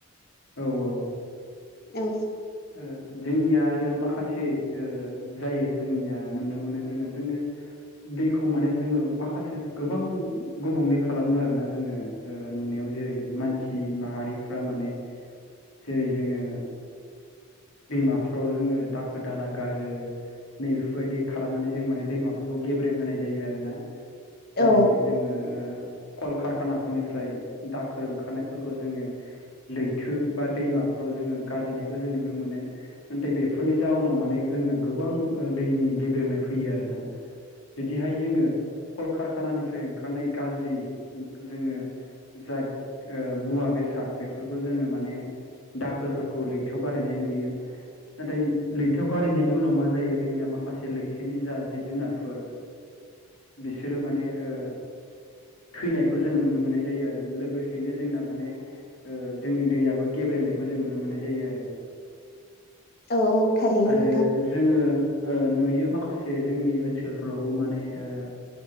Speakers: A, on the left; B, on the left.
A: औ औ।
B: औ।
A: ओ जोंनिया आरो माखासे ओ जायो जोंनिया नुनो मोनो जोङो जोङो दैखौ माने जोङो माखासे गोबां गुबुंले खालामो आरोना जोङो। ओ नुनायाव जेरै मानसि माहारिफ्रा माने जेरै जोङो दैमाफ्राव जोङो दाखोर दाला गारो नै बेफोरबायदि खालामनानै जों माने दैमाफोरखौ गेब्रें होनाय जायो आरोना। जेरै
B: औ
A: जोङो ओ कलकारखानाफोरनिफ्राय दाखोर ओंखारनायफोरखौ जोङो लैथो बा दैमाफ्राव जोङो गारहैनायखौ जों नुनो मोनो। नाथाय बेफोरनि जाहोनाव माने जोंना गोबां दैनि गेब्रेंनाय फैयो आरोना। जुदिहाय जोङो कलकारखानानिफ्राय ओंखारनाय गाज्रि जोङो जा ओ मुवा बेसाद बेफोरखौ जोङो माने दाखोरफोरखौ लैथोयाव गारायनाय नुयो।
B: <inaudible>
A: नाथाय लैथोआव गारहैनायनि उनाव मा जायो जोंनिया माखासे लैथोनि जा जिब जुनारफोर बिसोरो माने ओ थैनायखौ जोङो नुनो मोननाय जायो आरो लोगोसेयैनो जोंना माने ओ जोंनि दैयाबो गेब्रेंनायखौ जों नुनो मोननाय जायो आरो।
B: औ थारैनो
A: आरो
B: नोंथां
A: जोङो ओ नुयो माखासे जोंनि ओनसोलफोरावबो माने ओ